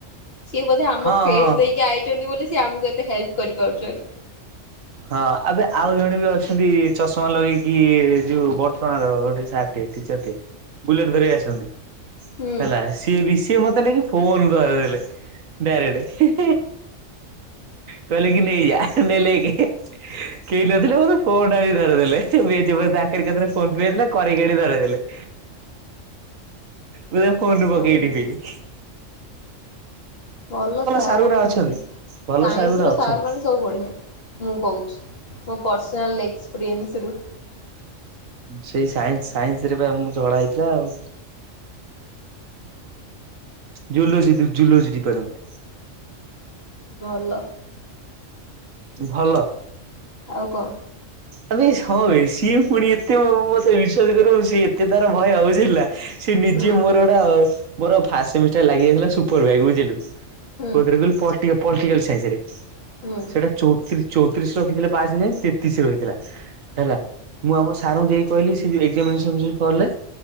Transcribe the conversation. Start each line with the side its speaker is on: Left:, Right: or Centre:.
Left: ସିଏ ବୋଧେ ଆମ
Right: ହଁ
Left: ଫେଜ୍
Right: ହଁ।
Left: ଦେଇକି ଆଇଛନ୍ତି ବୋଲି, ସିଏ ଆମକୁ ଏତେ ହେଲ୍ପ୍ କରିପାରୁଛନ୍ତି।
Right: ହଁ ଅବେ ଆଉ ଜଣେ ବି ଅଛନ୍ତି, ଚଷମା ଲଗେଇକି ଯୋଉ ବଡ଼ଚଣାର ଗୋଟେ ସାର୍। ଟିଚର୍ ଟେ, ବୁଲେଟ୍ ଧରି ଆସନ୍ତି
Left: ହୁଁ
Right: ହେଲା। ସିଏ ବି ସିଏ ମତେ ନେଇକି ଫୋନ୍ ଧରେଇଦେଲେ ଡାଇରେକ୍ଟ। ହି ହି କହିଲେ କି ନେଇୟା ନେଲେ କି କେହି ନଥିଲେ ମୋତେ ଫୋନ୍ ଆଣି ଧରେଇଦେଲେ। ବେଞ୍ଚ ଉପରେ ତାଙ୍କରି କତିରେ ଫୋନ ପେ ହେଇଥିଲା କରେଇକି ଆଣି ଧରଇଦେଲେ। ମୁଁ ତ ଫୋନରୁ
Left: ବଢିଆ
Right: ପକେଇ ଟିପିଲି।
Left: ଭଲ ସାର
Right: ସାର୍ ଗୁରା
Left: ମିଳିଯାଉଛନ୍ତି
Right: ଅଛନ୍ତି। ଭଲ
Left: ସାଇନ୍ସ
Right: ସାର୍ ଗୁରା
Left: ର ସାର
Right: ଅଛନ୍ତି।
Left: ମାନେ ସ ସବୁ ବଢ଼ିଆ ମୁଁ କହୁଛି ମୋ ପର୍ସନାଲ ଏକ୍ସପିରିଏନ୍ସରୁୁ।
Right: ସେଇ ସାଇନ୍ସ ସାଇନ୍ସ ରେ ପା ମୁଁ ଝଗଡା ହେଇଥିଲା ଆଉ। Zoology to zoology department.
Left: ଭଲ।
Right: ଭଲ।
Left: ଆଉ କଣ?
Right: ଆବେ ସ ହ ବେ ସିଏ ପୁଣି ଏତେ ମ ମ ମତେ ବିଶ୍ଵାସ କରିବୁ ସିଏ ଏତେ ତାର ଭୟ ବୁଝିଲୁ ନା। ସେ ନିଜେ
Left: ହୁଁ
Right: ମୋର ଗୋଟା ଅସ ମୋର ଫାଷ୍ଟ ସେମିଷ୍ଟର ଲାଗି ଯାଇଥିଲା ସୁପର ବ୍ୟାକ ବୁଝିଲୁ।
Left: ହୁଁ
Right: କୋଉଥିରେ କହିଲୁ ପଲ୍ଟିକା ପଲ୍ଟିକାଲ ସାଇନ୍ସରେ,
Left: ହୁଁ
Right: ସେଇଟା ଚଉତିରି ଚଉତିରିଶ ରଖିଥିଲେ ପାସ ହେଇଯାଏ ତେତିଶ ରହିଥିଲା। ହେଲା ମୁଁ ଆମ ସାରଙ୍କୁ ଯାଇ କହିଲି, ସେ ଯୋଉ ଏକ୍ସାମିନେସନ ଯୋଉ କଲେ।